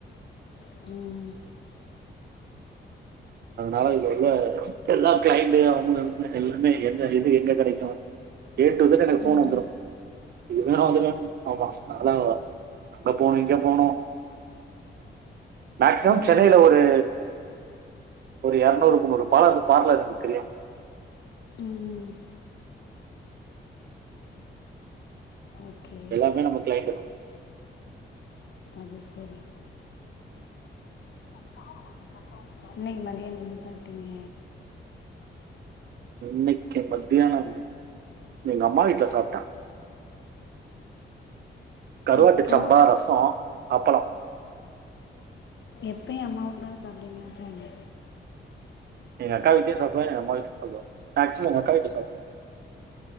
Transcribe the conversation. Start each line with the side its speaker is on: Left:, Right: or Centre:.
Left: ம் ம்
Right: அதனால இங்க உள்ள எல்லா கிளைண்டு அவுங்க அனுப்ன எல்லாமே எந்த எது எங்க கெடைக்கு ஏ ட்டு செட் எனக் ஃபோன்
Left: ம்
Right: வந்துரு இதுதா வந்துருவே ஆமா அதலா அங்க அங்க போணு இங்க போணு மேக்சிமம்
Left: ம்
Right: சென்னையில ஒரு ஒரு எர்நூறு முன்னூறு பாலர் பார்லர் எனக்கு தெரியு
Left: ம் ம் ஓகே
Right: எல்லாமே நம்ம கிளைண்டு
Left: அது செரி <unintelligible> இன்னைக்கு மத்தியான என்ன சாப்டீங்க
Right: இன்னிக்கு மத்தியானம் எங்க அம்மா வீட்ல சாப்ட்ட கருவாட்டு
Left: இப்போ
Right: சம்பா ரசோ அப்பளோ
Left: எப்பெயு அம்மாவூட்லதா சாப்டூவீங்க அப்றென்ன
Right: எங்கக்கா வீட்லயு சாப்டுவே எங்க அம்மா வீட்லயு சாப்டுவே மேக்சிமம் எங்கக்கா வீட்ல சாப்டுவே